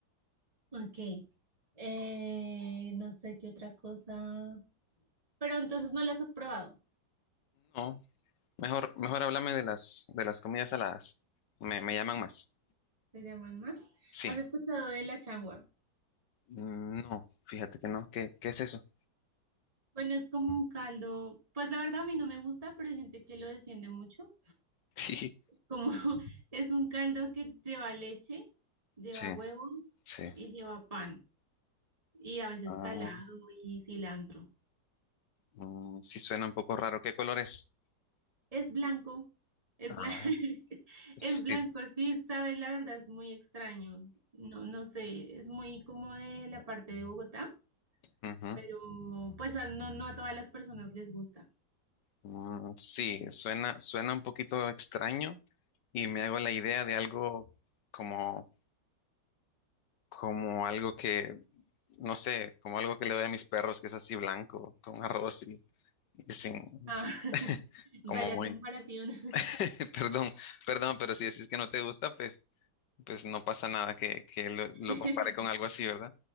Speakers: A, on the right; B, on the left.
A: Ok, eh, no sé qué otra cosa. Pero entonces no las has probado.
B: No, Mejor, mejor háblame de las, de las comidas saladas. Me, me llaman más.
A: ¿Te llaman más?
B: Sí.
A: ¿Has escuchado de la changua?
B: Mm, No, fíjate que no. ¿Qué, qué es eso?
A: Bueno, es como un caldo, pues la verdad a mí no me gusta, pero hay gente que lo defiende mucho.
B: <laughs> Sí,
A: Como <laughs> es un caldo que lleva leche, lleva
B: sí,
A: huevo
B: sí.
A: y lleva pan y a veces
B: Ah,
A: calado y cilantro.
B: mm, sí suena un poco raro. ¿Qué color es?
A: Es blanco, es
B: Ah,
A: blanco, <laughs>
B: sí.
A: es blanco, sí, sabes, la verdad es muy extraño. No, no sé, es muy como de la parte de Bogotá,
B: ujú.
A: pero pues a- no, no a todas las personas les gusta.
B: Mm, sí, suena, suena un poquito extraño y me hago la idea de algo como, como algo que, no sé, como algo que le doy a mis perros, que es así blanco, con arroz y, y sin,
A: Ah,
B: sí,
A: <laughs> y
B: como
A: vaya
B: muy...
A: comparación.
B: <laughs> Perdón, perdón, pero si decís que no te gusta, pues, pues no pasa nada que, que lo,
A: <laughs>
B: lo compare con algo así, ¿verdad?